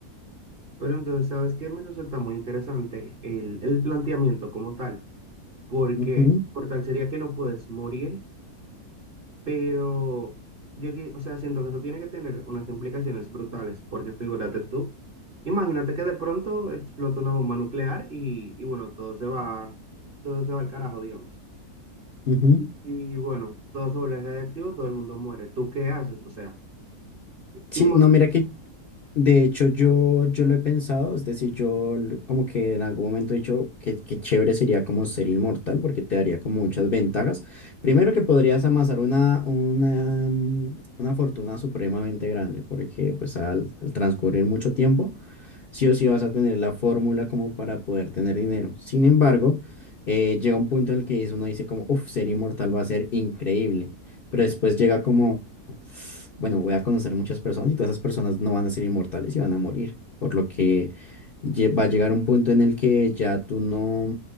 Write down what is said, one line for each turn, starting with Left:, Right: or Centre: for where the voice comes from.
Right: Pero entonces, ¿sabes qué? Me resulta muy interesante el, el planteamiento como tal, porque
Left: Ujú,
Right: por tal sería que no puedes morir, Pero yo, qui- o sea, siento que eso tiene que tener unas implicaciones brutales, porque figúrate tú, imagínate que de pronto explota una bomba nuclear y, y bueno, todo se va, todo se va al carajo, digamos.
Left: ujú.
Right: Y, y, bueno, todo se vuelve radiactivo, todo el mundo muere. ¿Tú qué haces? O sea,
Left: Sí,
Right: inmortal.
Left: no, mira que De hecho, yo, yo lo he pensado, es decir, yo l- como que en algún momento he dicho que, que chévere sería como ser inmortal porque te daría como muchas ventajas. Primero que podrías amasar una, una, mm, una fortuna supremamente grande porque pues al, al transcurrir mucho tiempo, sí o sí vas a tener la fórmula como para poder tener dinero. Sin embargo, eh, llega un punto en el que dice- uno dice como, uff, ser inmortal va a ser increíble, pero después llega como bueno, voy a conocer muchas personas y todas esas personas no van a ser inmortales y van a morir, por lo que lle- va a llegar un punto en el que ya tú no,